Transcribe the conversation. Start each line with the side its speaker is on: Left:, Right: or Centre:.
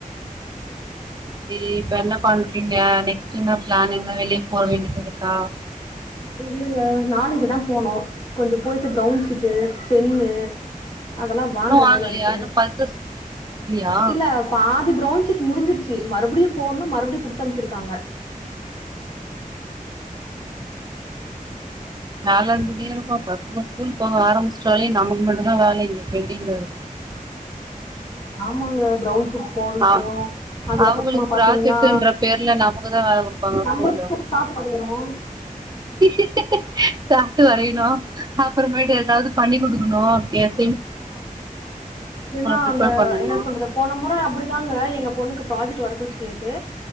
Right: ரி இப்ப என்ன பண்றீங்க நெக்ஸ்ட் என்ன பிளான் எங்கனா வெளிய போ வேண்டியதிருக்கா
Left: இல்லங்க நாளைக்குதா போனோ கொஞ்சம் போயிட்டு ப்ரவுன்ஷீட்டு பென்னு அதெல்லா வாங்ற
Right: இன்னு வாங்கலையா
Left: வேல இருக்கு
Right: இன்னு பர்ச்சேஸ் எதுவு முடியலையா
Left: இல்ல பாதி ப்ரௌன் ஷீட் முடிஞ்சிருச்சி மறுபடியும் போடணும் மறுபடியும் குடுத்தம்ச்சிருக்காங்க
Right: வேல இருந்துட்டே இருக்கும் பசங்க ஸ்கூல் போக ஆரம்பிச்ட்டாலே நமக்கு மட்டும் தா வேல இங்க பெண்டிங்ல இருக்
Left: ஆமாங்க ப்ரௌன் சீட் போட்ணும்
Right: ஆ
Left: அதுக்கப்புறமா
Right: அவங்களுக்கு
Left: பாத்தீங்கன்னா
Right: ப்ராஜெக்ட்ன்ற பேர்ல நமக்குதா வேல குடுப்பாங்க
Left: நம்ம
Right: ஸ்கூல்ல
Left: சாப்பாடு வேணும்
Right: இ ஹே... <unintelligible> அப்றமேட்டு ஏதாவது பண்ணி குடுக்கனோ <unintelligible>
Left: மா இல்லனா
Right: ப்ரிப்பேர்
Left: அந்த
Right: பண்ணணு
Left: என்ன சொல்றது போன முற அப்டிதாங்க எங்க பொண்ணுக்கு ப்ராஜெக்ட் ஒர்க்குன்னு சொல்லிட்டு